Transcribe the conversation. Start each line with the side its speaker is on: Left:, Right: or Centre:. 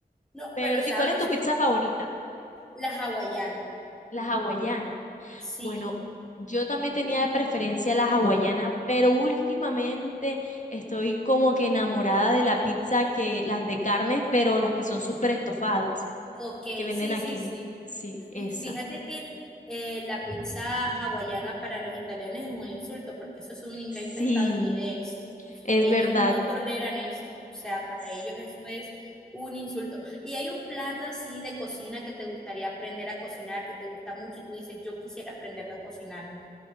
Centre: No,
Left: Pero,
Centre: pero ¿sabes?
Left: ¿y cuál es tu pizza favorita?
Centre: La hawaiana.
Left: La hawaiana.
Centre: Sí,
Left: Bueno, yo también tenía de preferencia la hawaiana, pero últimamente estoy como que enamorada de la pizza que las de carnes, pero las que son súper estofadas,
Centre: ok,
Left: que venden
Centre: sí,
Left: aquí.
Centre: sí, sí.
Left: Sí, esa.
Centre: Fíjate que eh, la pizza hawaiana para los italianos es un insulto porque eso es un invento
Left: Sí,
Centre: estadounidense.
Left: es
Centre: Ellos
Left: verdad.
Centre: no toleran eso. O sea, para
Left: Sí,
Centre: ellos eso es un insulto. Y hay un plato así de cocina que te gustaría aprender a cocinar, que te gusta mucho y tú dices, yo quisiera aprenderlo a cocinar,